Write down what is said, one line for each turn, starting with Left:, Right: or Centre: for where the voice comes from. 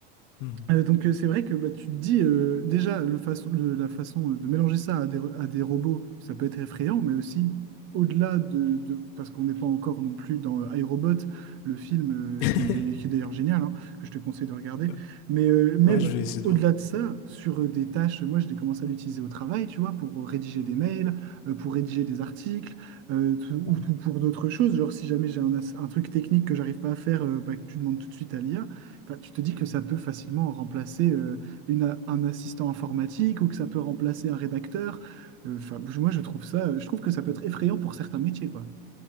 Left: Mhm.
Right: Euh, donc euh, c'est vrai que bah, tu te dis euh, déjà le façon, le- la façon euh, de mélanger ça à des, à des robots, ça peut être effrayant, mais aussi au-delà de, de- parce qu'on n'est pas encore non plus dans euh, iRobot, le film
Left: <laughs>
Right: euh, qui, est qui est d'ailleurs génial, hein, que je te conseille de regarder,
Left: Ouais,
Right: mais euh, même
Left: Ouais, je vais essayer de
Right: au-delà
Left: voir.
Right: de ça, sur euh, des tâches, moi je l'ai commencé à l'utiliser au travail, tu vois, pour rédiger des mails, euh, pour rédiger des articles, euh, tout- ou,
Left: Mhm. Mhm.
Right: ou pour d'autres choses, genre si jamais j'ai un, as- un truc technique que j'arrive pas à faire, euh, bah, que tu demandes tout de suite à l'IA. Enfin, tu te dis que ça peut facilement remplacer euh, une, a- un assistant informatique ou que ça peut remplacer un rédacteur. Euh, Enfin, je- moi, je trouve ça, je trouve que ça peut être effrayant pour certains métiers, quoi.